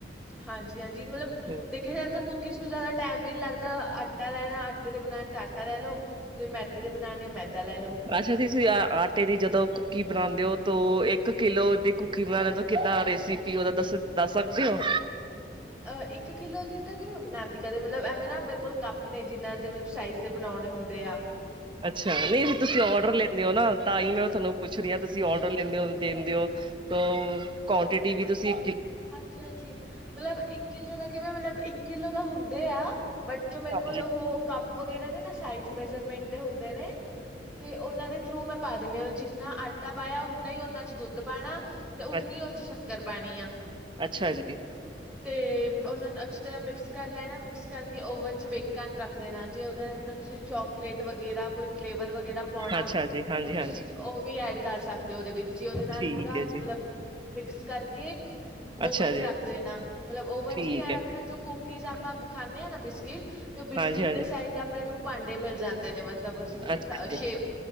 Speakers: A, in the centre; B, on the right.
A: ਹਾਂਜੀ, ਹਾਂਜੀ ਮਤਲਬ
B: ਹਮ,
A: ਦੇਖਿਆ ਜਾਵੇ, ਤਾ ਕੁਕੀਜ਼ ਨੂੰ ਜਾਦਾ ਟੈਮ ਵੀ ਨੀ ਲੱਗਦਾ, ਆਟਾ ਲੈਨ ਆਟੇ ਦੇ ਬਨਾਨੇ ਤਾ ਆਟਾ ਲੈ ਲੋ, ਜੇ ਮੈਦੇ ਦੇ ਬਨਾਨੇ ਆ ਮੈਦਾ ਲੈ ਲੋ।
B: ਅੱਛਾ, ਤੁਸੀ ਆ ਆਟੇ ਦੀ ਜਦੋ ਕੁੱਕੀ ਬਨਾਂਦੇ ਹੋ ਤੋ ਏੱਕ ਕਿਲੋ ਦੀ ਕੁਕੀ ਬਨਾਨੇ ਤੋ ਕਿੱਦਾ ਰੈਸਿਪੀ, ਓਦਾ ਦੱਸ- ਦੱਸ ਸਕਦੇ ਓ?
A: ਅ ਏੱਕ ਕਿਲੋ ਦੀ ਤਾ ਨੀ ਮੈਂ ਬਨਾਂਦੀ ਕਦੇ ਮਤਲਬ ਐਵੇ, ਨਾ ਮੇਰੇ ਕੋਲ ਕੱਪ ਨੇ, ਜਿਨਾਂ ਦੇ ਮਲਬ ਸਾਈਜ਼ ਦੇ ਬਨੋ <unintelligible> ਹੁੰਦੇ ਆ।
B: ਅੱਛਾ, ਨਈ ਫੇਰ ਤੁਸੀ
A: ਤੇ
B: ਓਡਰ ਲੈਂਦੇ ਓ ਨਾ ਤਾ ਈ ਮੈਂ ਤੋਨੂੰ ਪੁੱਛ ਰੀ ਆ, ਤੁਸੀ ਓਡਰ ਲੈਂਦੇ ਓ, ਦੇਂਦੇ ਓ ਤੋ ਕੋਂਟਿਟੀ ਵੀ ਤੁਸੀ
A: ਹਾਂਜੀ, ਹਾਂਜੀ ਮਲਬ ਇੱਕ ਕਿੱਲੋ ਦਾ ਕਿਵੇਂ, ਮਤਲਬ ਇੱਕ ਕਿੱਲੋ ਦਾ ਹੁੰਦੇ ਆ ਬਟ ਜੋ ਮੇਰੇ
B: ਹਾਂਜੀ
A: ਕੋਲ <unintelligible> ਕੱਪ ਵਗੈਰਾ ਨੇ ਨਾ, ਸਾਈਜ਼ ਮੇਜਰਮੈਂਟ ਦੇ ਹੁੰਦੇ ਨੇ ਤੇ ਓਨਾਂ ਦੇ ਥਰੂ ਮੈਂ ਪਾ ਦੇਨੀ ਆ, ਜਿੰਨਾ ਆਟਾ ਪਾਇਆ ਉਨਾ ਈ ਓਨਾਂ ਚ ਦੁੱਧ ਪਾਨਾ। ਤੇ ਉਨੀ
B: ਅੱਛ-
A: ਓਦੇ ਚ ਸ਼ੱਕਰ ਪੈਨੀ ਆ।
B: ਅੱਛਾ ਜੀ।
A: ਤੇ ਓਨਾ ਨੂੰ ਅੱਛੀ ਤਰਾ ਮਿਕਸ ਕਰ ਲੈਨਾ, ਮਿਕਸ ਕਰਕੇ ਓਵਨ ਚ ਬੇਕ ਕਰਨ ਰੱਖ ਦੇਨਾ, ਜੇ ਓ ਅੰਦਰ ਤੁਸੀ ਚੋਕਲੇਟ ਵਗੈਰਾ, ਕੋਈ ਫਲੇਵ ਵਰ ਵਗੈਰਾ ਪੋਣਾ
B: ਅੱਛਾ ਜੀ ਹਾਂਜੀ
A: ਤਾ ਤੁਸੀ
B: ਹਾਂਜੀ
A: ਓ ਵੀ ਐਡ ਕਰ ਸਕਦੇ ਓ ਓਦੇ ਵਿੱਚ ਤੁਸੀ ਓਦੇ ਨਾਲ
B: ਠੀਕ
A: ਪੂਰਾ
B: ਹੈ
A: ਮਲਬ
B: ਜੀ
A: ਮਿਕਸ ਕਰਕੇ
B: ਅੱਛਾ
A: ਓਵਨ ਚ
B: ਜੀ
A: ਰੱਖ <unintelligible> ਮਲਬ ਓਵਨ
B: ਠੀਕ
A: ਚ ਵੀ ਐਂ ਰੱਖਨਾ
B: ਹੈ
A: ਜੋ ਕੂਕੀਜ਼ ਆਪਾ ਖਾਂਦੇ ਆ ਨਾ ਬਿਸਕਿਟ ਤੇ ਓ ਬਿਸਕਿਟ
B: ਹਾਂਜੀ ਹਾਂਜੀ
A: ਦੇ ਸਾਈਜ਼ ਆਪਨੇ ਨੂੰ ਪਾਂਡੇ ਮਿਲ ਜਾਂਦੇ ਨੇ ਮਤਲਬ <inaudible>
B: ਅੱਛਾ ਜੀ
A: ਸ਼ੇਪ